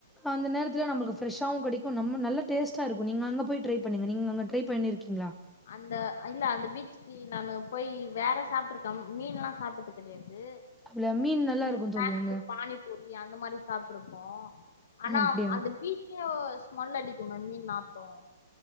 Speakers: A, in the centre; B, on the left.
A: அந்த நேரத்துல நம்ளுக்கு ஃப்ரெஷ்ஷாவு கெடைக்கு நம்ம நல்ல டேஸ்டா இருக்கு நீங்க அங்க போய் ட்ரை பண்ணுங்க நீங்க அங்க ட்ரை பண்ணிருக்கீங்களா
B: அந்த இல்ல அந்த பீச்சுக்கு நானு போய் வேற சாப்ட்ருக்க ம் மீன்லா சாப் ட்டது கிடையாது
A: அதுல மீன் நல்லா
B: இந்த
A: இருக்கு
B: ஸ்நாக்ஸ்
A: தோழி அங்க
B: பானி பூரி அந்த மாரி சாப்ட்ருக்கோ ஆனா
A: அப்டியா
B: அந்த பீச் எப்டியோ ஸ்மெல் அடிக்குமே மீன் நாத்தோ